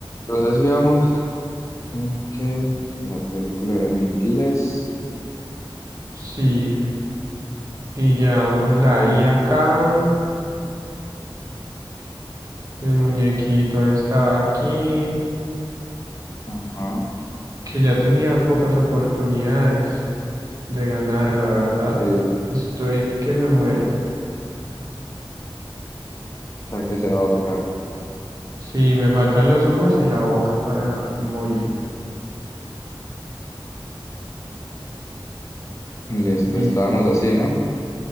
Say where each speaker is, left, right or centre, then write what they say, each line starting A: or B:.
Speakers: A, on the left (about 35°); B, on the right (about 40°).
A: Entonces íbamos en que la película era en inglés.
B: Sí, y llevamos la I acá, el muñequito estaba aquí,
A: Ajá.
B: que ya tenía pocas oportunidades de ganar, la verdad.
A: Sí,
B: Estoy que me muero.
A: hasta que se ahorca.
B: Sí, me faltan los ojos y la boca para morir.
A: Listo,
B: Listo.
A: estábamos así, ¿no?